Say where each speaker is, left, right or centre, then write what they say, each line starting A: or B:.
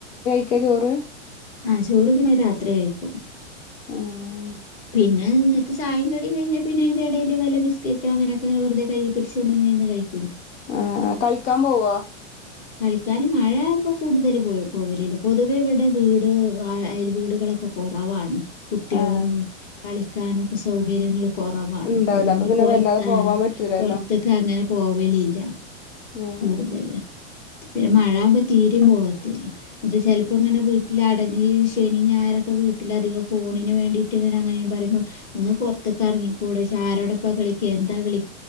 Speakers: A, on the left; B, on the left.
A: ഒക്കെ ചോറ്
B: ആ ചോറ് പിന്നെ രാത്രി കഴിക്കും
A: ആഹ്
B: പിന്നെ എന്നിട്ട് ചായം കടിം കഴിഞ്ഞാ പിന്നെയിന്റെ ഇടയില് വല്ലബിസ്ക്കറ്റോ അങ്ങനെക്കെ വെറ്തെ കയ്യ് പിടിച്ചോണ്ടി ഇങ്ങനെയിരിന്നു കഴിക്കും
A: ആ കളിക്കാൻ പോവോ
B: കളിക്കൻ മഴയാകുമ്പോ കൂടുതൽ പോയി പോവലില്ല പൊതുവെ ഇവിടെ വീട് അ അയൽവീടുകള് ഒക്ക കെറവാണ് കുട്ടികളും
A: ആഹ്
B: കളിക്കാനൊക്കെ സൗകര്യങ്ങളും കുറവാണ്
A: ഇണ്ടാവൂല
B: അതുകൊണ്ട്
A: അപ്പൊ പിന്നെ
B: പുറ
A: വല്ലാതെ
B: അ
A: പോവാൻ പറ്റൂലല്ലോ
B: പുറത്തക്ക് അങ്ങനെ പോവലില്ല
A: ഉം
B: കൂടുതല്
A: ഉം
B: പിന്നെ മഴ ആകുമ്പ തീരയും പോവാത്തില്ല ഇജ് ചെലപ്പോ ഇങ്ങനെ വീട്ടിലട ഈ ശനി ഞായറൊക്കെ വീട്ടിലധികം ഫോണിന് വേണ്ടിയിട്ട് ഇങ്ങനെ അങ്ങനെയ പറയ്മ്പൊ ഒന്ന് പുറത്തൊക്കെ ഇറങ്ങി കൂടെ ഇജ് ആരോടൊപ്പ കളിക്യാ എന്താ കളി?